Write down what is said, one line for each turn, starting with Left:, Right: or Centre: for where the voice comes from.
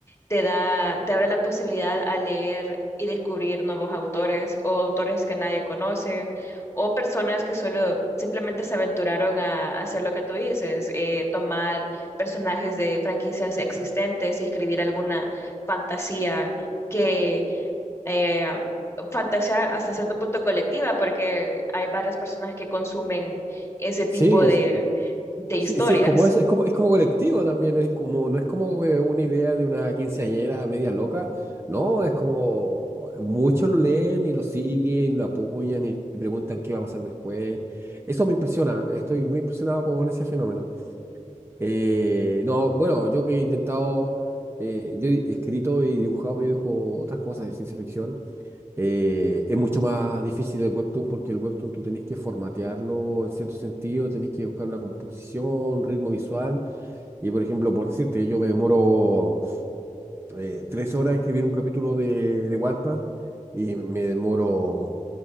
Left: te da, te abre la posibilidad a leer y descubrir nuevos autores o autores que nadie conoce o personas que solo simplemente se aventuraron a hacer lo que tú dices, eh, tomar personajes de franquicias existentes y escribir alguna fantasía que eh, fantasía hasta cierto punto colectiva, porque hay varias personas que consumen ese tipo
Right: Sí,
Left: de, de
Right: Sí,
Left: historias.
Right: sí, es como eso, es como, es como colectivo también, es como, no es como eh, una idea de una quinceañera media loca, no, es como muchos lo leen y lo siguen, lo apoyan y preguntan qué va a pasar después. Eso me impresiona, estoy muy impresionado con ese fenómeno. Eh, no, bueno, yo que he intentado, eh, yo he escrito y dibujado, pero yo dibujo otras cosas de ciencia ficción. Eh, es mucho más difícil el webtoon porque el webtoon tú tenés que formatearlo en cierto sentido, tenés que buscar una composición, un ritmo visual. Y por ejemplo, por decirte, yo me demoro eh, tres horas en escribir un capítulo de, de Wattpad y me demoro